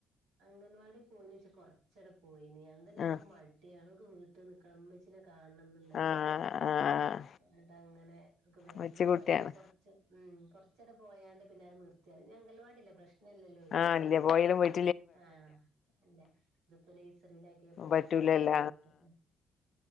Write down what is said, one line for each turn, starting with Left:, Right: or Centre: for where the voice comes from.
Right: അംഗനവാടി പോയിനച്ചാ കൊറച്ചെടെ പോയിന് അതന്നെ അവക്ക്
Left: ആഹ്
Right: മടി ടിയാ അവക്ക് വീട്ടിനിക്കണം ഉമ്മച്ചീനെ കാണണംന്ന്. നതാണ്
Left: ആഹ് ആഹ്
Right: ആട്ട അങ്ങനെെ ഭയങ്കര
Left: കൊച്ചു കുട്ടിയാണ്
Right: മടി അപ്പൊ. ഉം. കുറച്ചടെ പോയാണ്ട് പിന്നെ അത് നിർത്തിയാണ് ഞങ്കൽവാടില്ല പ്രശ്നം. ഇല്ലല്ലോ വിചാരിച്ച്
Left: ആഹ് ഇല്ല പോയലും പോയി
Right: ആഹ് അല്ല ഇതിപ്പോ നെയ്സറിയിലാക്കിയപ്പോണ്
Left: പറ്റൂലല്ല
Right: പൈന്റെ ബുദ്ധിമുട്ട്